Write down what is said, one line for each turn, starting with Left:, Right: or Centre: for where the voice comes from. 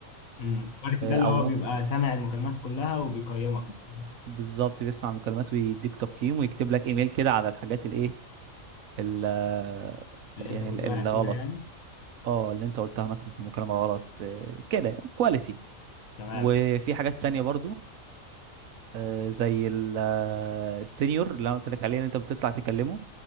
Left: امم الكواليتي ده اللي
Right: او
Left: هو
Right: ممكن
Left: بيبقى سامع المكالمات كلها وبيقيمك مثلا
Right: بالظبط بيسمع المكالمات ويديك تقييم ويكتب لك ايميل كده على الحاجات الايه ال- آه،
Left: اللي
Right: يعني
Left: انت كنت
Right: ال-
Left: واقع
Right: الغلط
Left: فيها يعني
Right: اه اللي انت قلتها مثلا في المكالمة غلط آه، كده كواليتي
Left: تمام
Right: وفي حاجات تانية برضو آه، زي ال- آه، السينيور اللي انا قلت لك عليه ان انت بتطلع تكلمه